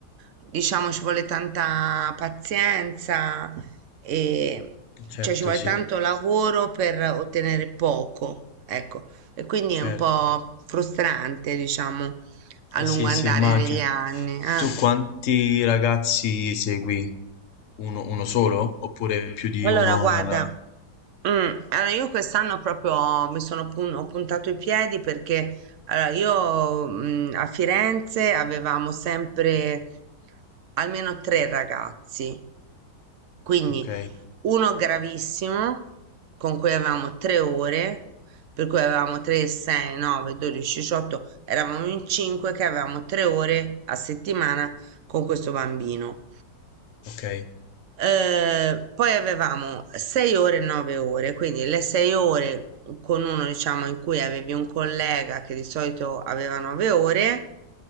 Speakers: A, on the right (about 70°); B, on the left (about 60°).
A: diciamo ci vuole tanta pazienza e
B: Certo,
A: cioè ci vuole
B: sì,
A: tanto lavoro per ottenere poco, ecco, e quindi
B: certo.
A: è un po' frustrante, diciamo, a
B: Eh
A: lungo
B: sì,
A: andare
B: sì, immagino.
A: negli anni. eh.
B: Tu quanti ragazzi segui? Uno, uno solo? Oppure più di
A: Allora,
B: uno
A: guarda,
B: nella...
A: mm, allora io quest'anno proprio mi sono pun- ho puntato i piedi perché allora, io mm, a Firenze avevamo sempre almeno tre ragazzi, quindi
B: Ok,
A: uno gravissimo con cui avevamo tre ore, per cui avevamo 3, 6, 9, 12, 18, eravamo in cinque che avevamo tre ore a settimana con questo bambino.
B: ok,
A: Eh, poi avevamo 6 ore e 9 ore, quindi le 6 ore con uno, diciamo, in cui avevi un collega che di solito aveva 9 ore,